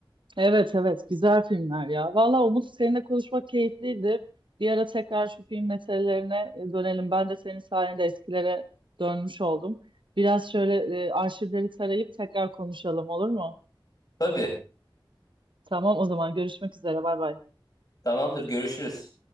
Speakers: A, on the right; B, on the left.
A: Evet evet güzel filmler ya. Valla Umut seninle konuşmak keyifliydi. Bir ara tekrar şu film meselelerine e, dönelim. Ben de senin sayende eskilere dönmüş oldum. Biraz şöyle e, arşivleri tarayıp tekrar konuşalım olur mu?
B: Tabii.
A: Tamam o zaman görüşmek üzere bay bay.
B: Tamamdır. Görüşürüz.